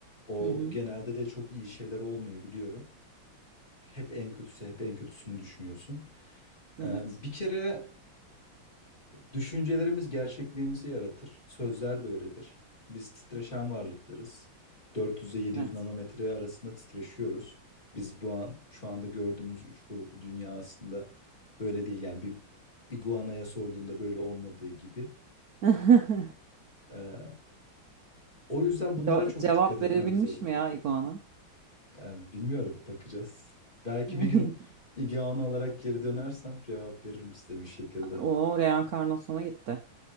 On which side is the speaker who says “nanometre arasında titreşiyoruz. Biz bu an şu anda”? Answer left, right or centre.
Left